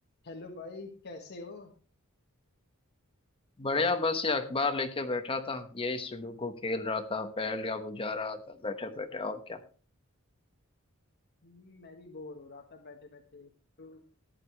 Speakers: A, on the left; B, on the left.
A: Hello भाई कैसे हो
B: बढ़िया बस ये अखबार लेके बैठा था यही सुडोकू खेल रहा था पहेल या बुझा रहा था बैठे बैठे और क्या
A: हम्म, मैं भी बोर हो रहा था बैठे बैठे तो